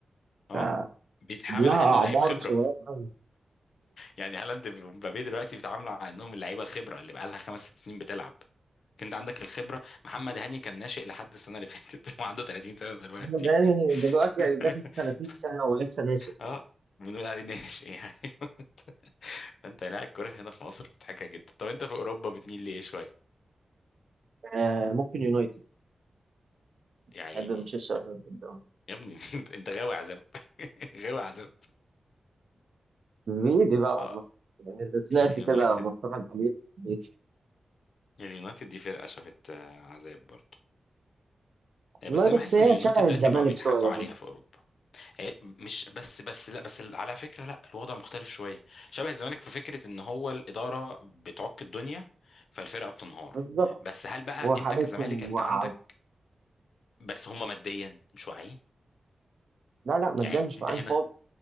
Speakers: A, on the left (about 80°); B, on the right (about 70°).
A: اه
B: فلها
A: بيتحامل على انه
B: اعمار
A: لعيب خبرة
B: صغيره قوي
A: يعني هالاند ومبابي دلوقتي بيتعاملوا على انهم اللعيبة الخبرة اللي بقالها خمس ست سنين بتلعب كنت عندك الخبرة محمد هاني كان ناشئ لحد السنة اللي فاتت <laughs> وعنده 30 سنة دلوقتي
B: أحمد هاني دلوقتي
A: <laughs>
B: يعني داخل في 30 سنة ولسه ناشئ
A: اه بنقول عليه ناشئ يعني <laughs> فانت لا الكوره هنا في مصر مضحكه جدا طب انت في اوروبا بتميل لايه شويه
B: آه ممكن يونايتد
A: يا عيني
B: بحب مانشستر يونايتد أوي.
A: يا ابني <laughs> انت انت غاوي عذاب <laughs> غاوي عذاب
B: بعيد بقى
A: اه
B: والله يعني اللي طلعت
A: اليونايتد
B: كده بتفرج عليه في البيت.
A: اليونايتد دي فرقة شافت آه، عذاب برضه آه،
B: والله
A: بس انا
B: بس
A: بحس
B: هي
A: ان اليونايتد
B: شبه
A: دلوقتي
B: الزمالك
A: بقوا بيضحكوا
B: شوية برضه
A: عليها في اوروبا آه، مش بس بس لا بس على فكرة لا الوضع مختلف شوية شبه الزمالك في فكرة ان هو الإدارة بتعك الدنيا فالفرقة بتنهار
B: بالظبط
A: بس هل بقى
B: وحالتهم
A: انت كزمالك انت
B: واقعة
A: عندك بس هم ماديا مش واعيين
B: لا لا ما تدامش
A: يعني انت
B: بعين
A: هنا
B: خالص